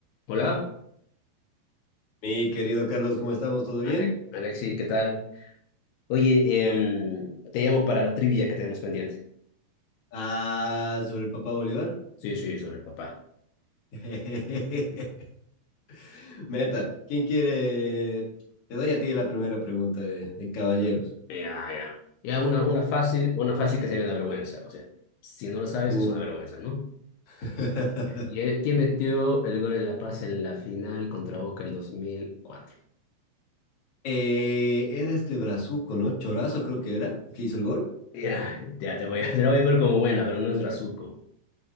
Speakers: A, on the left; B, on the left.
A: Hola,
B: Mi querido Carlos, ¿cómo estamos? ¿Todo bien?
A: Ale- Alexi, ¿qué tal? Oye, em, te llamo para la trivia que tenemos pendiente.
B: Ah, sobre el papá Bolívar.
A: Sí, sí, sobre el papá.
B: <laughs> Meta, ¿quién quiere? Te doy a ti la primera pregunta de, de caballeros.
A: Ya, ya. Ya, una, una fácil, una fácil que sería una vergüenza. O sea, si no lo sabes,
B: Uh.
A: es una vergüenza, ¿no?
B: <laughs>
A: Ya. ¿Qui- ¿Quién metió el gol en La Paz en la final contra Boca el 2004?
B: Eh, era este brazuco, ¿no? Chorazo creo que era, el que hizo el gol.
A: Ya, ya te voy a, te la voy a ver como buena, pero no es Brazuco.